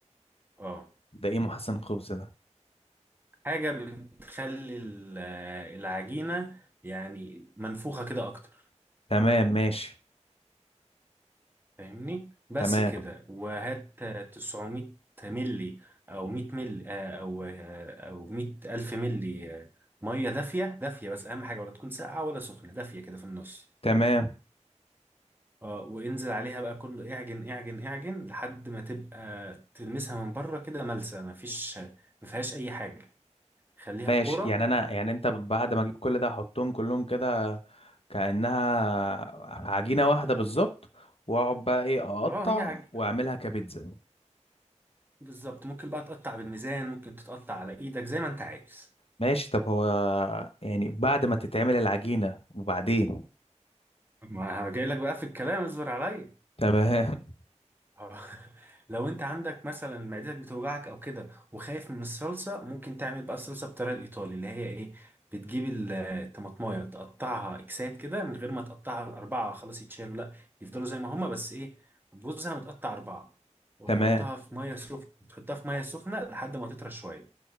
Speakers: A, on the right; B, on the left.
A: اه
B: ده ايه محسن خبز ده
A: حاجة بتخلي ال- العجينة يعني منفوخة كده أكتر
B: تمام ماشي
A: فاهمني بس
B: تمام
A: كده وهات 900 ملي أو 100 ملي آه، أو آه، أو 100 ألف ملي آه، مية دافية دافية بس أهم حاجة ولا تكون ساقعة ولا سخنة دافية كده في النص
B: تمام
A: اه وانزل عليها بقى كله اعجن اعجن اعجن لحد ما تبقى تلمسها من بره كده ملسة مفيش ما فيهاش أي حاجة خليها
B: ماشي
A: كورة
B: يعني انا يعني انت بعد ما اجيب كل ده احطهم كلهم كده كأنها عجينة واحدة بالظبط واقعد بقى ايه اقطع
A: اه هي عج...
B: واعملها كبيتزا
A: بالظبط ممكن بقى تقطع بالميزان ممكن تتقطع على ايدك زي ما انت عايز
B: ماشي طب هو يعني بعد ما تتعمل العجينة وبعدين
A: ما جاي لك بقى في الكلام اصبر عليا
B: تمام <laughs>
A: آه. <laughs> لو انت عندك مثلا معدتك بتوجعك او كده وخايف من الصلصة ممكن تعمل بقى الصلصة بالطريقة الايطالي اللي هي ايه بتجيب ال- <hesitation> الطماطمايه تقطعها اكسات كده من غير ما تقطعها الاربعة خلاص يتشالوا لا يفضلوا زي ما هما بس ايه جوزها متقطع اربعة وتحطها
B: تمام
A: في ميه سخنة وتحطها في ميه سخنة لحد ما تطرى شوية